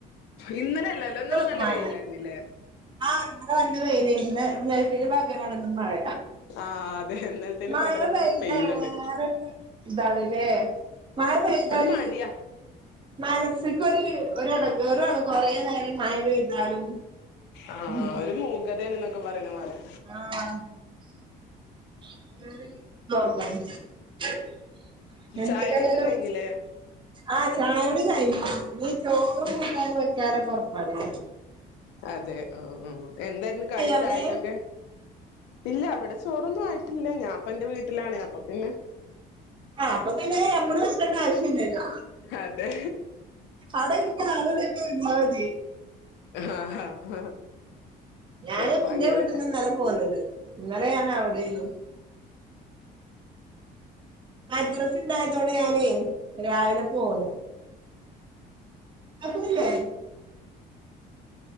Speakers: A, on the left; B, on the right.
A: ഇന്നലെല്ലല്ലോ
B: ഇപ്പളുണ്ട്
A: ഇന്നലെ നല്ല
B: മഴ
A: വെയിലായിരുന്നില്ലേ
B: ആഹ് ഇന്നലെ നല്ല വെയിലെന്നു ഇന്ന് ഇന്നൽതീന് പകരാണ് ഇന്ന് മഴ
A: ആഹ് അതെ ഇന്നലത്തേന്
B: മയ
A: പകരം
B: പൈതങ്ങനെ
A: ഇന്ന് പെയ്യുന്നുണ്ട്
B: <unintelligible> താണ്ല്ലേ മയ പൈതാല്
A: ഒരു മടിയാ
B: മയ <unintelligible> ക്കൊരു ഒരെടെങ്ങേറുആണ് കൊറേ നേരം മഴ പെയ്താലും
A: ആ
B: ഉം
A: ഒരു മൂഗതേണ്നൊക്കെ പറീണ പോലെ
B: ആഹ് അതന്നെ <inaudible> <unintelligible> ലങ്ങ്ട്ടും
A: ചായുടിയൊക്കെ കഴിഞ്ഞില്ലേ
B: ആ ച ചായുടി കയിഞ്ഞു ഇഞ്ഞി ചോറും കൂട്ടാനും വെക്കാനപ്പൊ പണില്ലേ
A: അതെ ആ ആ എന്തേരുന്നു കടി
B: അവിടെ
A: ചായക്കൊക്കെ ഇല്ല ഇവിടെ ചോറൊന്നും ആയിട്ടില്ല ഞാൻപ്പന്റെ വീട്ടിലാണ് അപ്പൊ പിന്നെ
B: ആ അപ്പൊ പിന്നെ ഞമ്മള് വെക്കേണ്ട ആവശ്യല്ലല്ലൊ
A: അതെ
B: അവടെ <unintelligible> <unintelligible>
A: ആഹ് ആഹ്
B: ഞാനും
A: അപ്പ
B: ന്റെ
A: അങ്ങനെ
B: വീട്ട്ന്ന് ന്നലെ പോന്നത് ഇന്നലെ ഞാനവടെന്നു മദ്രസ് ണ്ടായതോണ്ട് ഞാനേ രാവിലെ പോന്നു കേക്കുന്നില്ലേ